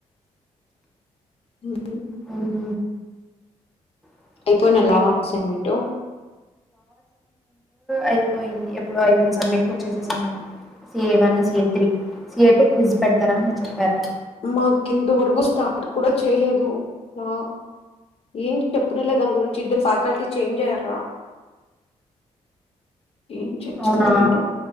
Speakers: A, on the left (about 50°); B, in the centre.
A: హ్మ్.
B: అహ <inaudible>
A: అయిపోయిన లా అసైన్‌మెంటు.
B: అయిపోయింది ఎప్పుడ అయిపోయింది సబ్మిట్ చేసేసాం CA one CA three CA two quiz పెడతారని చెప్పారు
A: మాకు ఇంతవరకు స్టార్ట్ కూడా చేయలేదు ఊ ఏం చెప్పనలే దాని గురించి ఇద్దరు ఫ్యాకల్టీ చేంజ్ అయ్యార్ర ఏం చేస్తారా
B: అవునా
A: ఏంటో